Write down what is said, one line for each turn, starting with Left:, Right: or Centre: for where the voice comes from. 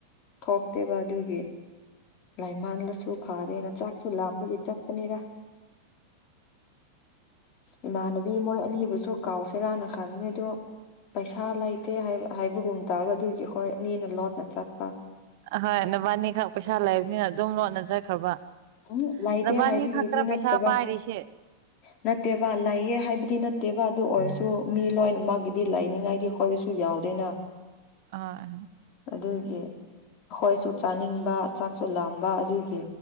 Left: ꯊꯣꯛꯇꯦꯕ ꯑꯗꯨꯒꯤ ꯂꯥꯏꯃꯟꯂꯁꯨ ꯐꯥꯗꯦꯅ ꯆꯥꯛꯁꯨ ꯂꯥꯝꯕꯒꯤ ꯆꯠꯄꯅꯤꯗ ꯏꯃꯥꯟꯅꯕꯤ ꯃꯣꯏ ꯑꯅꯤꯕꯨꯁꯨ ꯀꯥꯎꯁꯤꯔꯥꯅ ꯈꯥꯟꯅꯦ ꯑꯗꯣ ꯄꯩꯁꯥ ꯂꯩꯇꯦ ꯍꯥꯏꯕ ꯍꯥꯏꯕꯒꯨꯝ ꯇꯥꯕ ꯑꯗꯨꯒꯤ ꯑꯩꯈꯣꯏ ꯑꯅꯤꯅ ꯂꯣꯠꯅ ꯆꯠꯄ
Right: ꯑꯍꯣꯏ ꯅꯕꯥꯅꯤꯈꯛ ꯄꯩꯁꯥ ꯂꯩꯕꯅꯤꯅ ꯑꯗꯨꯝ ꯂꯣꯠꯅ ꯆꯠꯈ꯭ꯔꯕ
Left: ꯎꯝ ꯂꯩꯇꯦ
Right: ꯅꯕꯥꯅꯤ
Left: ꯍꯥꯏꯕꯒꯤꯗꯤ
Right: ꯈꯛꯇꯔ
Left: ꯅꯠꯇꯕ
Right: ꯄꯩꯁꯥ ꯄꯥꯏꯔꯤꯁꯦ
Left: ꯅꯠꯇꯦꯕ ꯂꯩꯌꯦ ꯍꯥꯏꯕꯗꯤ ꯅꯠꯇꯦꯕ ꯑꯗꯨ ꯑꯣꯏꯔꯁꯨ ꯃꯤ ꯂꯣꯏꯅ ꯃꯛꯒꯤꯗꯤ ꯂꯩꯅꯤꯉꯥꯏꯗꯤ ꯑꯩꯈꯣꯏꯗꯁꯨ ꯌꯥꯎꯗꯦꯅ
Right: <unintelligible>
Left: ꯑꯗꯨꯒꯤ ꯑꯩꯈꯣꯏꯁꯨ ꯆꯥꯅꯤꯡꯕ ꯆꯥꯛꯁꯨ ꯂꯥꯝꯕ ꯑꯗꯨꯒꯤ